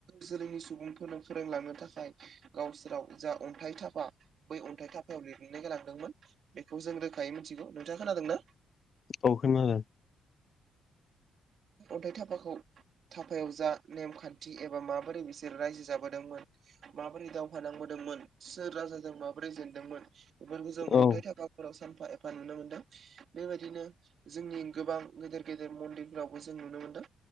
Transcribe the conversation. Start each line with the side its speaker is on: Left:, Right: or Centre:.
Right: जोलैनि सुबुंफोरनो फोरोंलांनो थाखाय गावसोराव जा अन्थाइ थाफा बै अन्थाइ थाफायाव लिरनानै गालांदोंमोन बेखौ जों रोखायै मिथिगौ नोंथांङा खोनादोंना।
Left: औ खोनादों
Right: अन्थाइ थाफाखौ थाफायाव जा नेमखान्थि एबा माबोरै बिसोर रायजो जाबोदोंमोन। माबोरै दावहा नांबोदोंमोन सोर राजाजों माबोरै जेनदोंमोन बेफोरखौ जों
Left: औ
Right: अन्थाइ थाफा फोराव सानफा एफा नुनो मोनदों बेबायदिनो जोंनि गोबां गेदेर गेदेर मन्दिर फोरावबो जों नुनो मोनदों